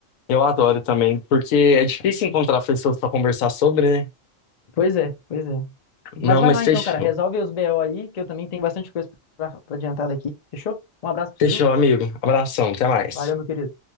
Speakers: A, on the left; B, on the left.
A: eu adoro também, porque é difícil encontrar pessoas para conversar sobre, né?
B: Pois é, pois é.
A: Não,
B: Mas vai
A: mas
B: lá
A: fechou.
B: então, cara, resolve os BO aí, que eu também tenho bastante coisa pra, pra adiantar daqui. Fechou? Um abraço pra
A: Fechou,
B: você, viu?
A: amigo. Abração, até mais.
B: Valeu, meu querido.